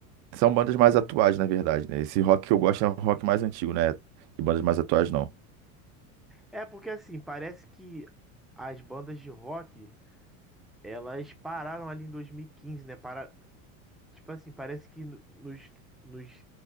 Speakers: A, on the right; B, in the centre.
A: São bandas mais atuais, na verdade, né? Esse rock que eu gosto é um rock mais antigo, né? De bandas mais atuais, não.
B: É porque assim, parece que as bandas de rock Elas pararam ali em 2015, né? Para... Tipo assim, parece que no- nos, nos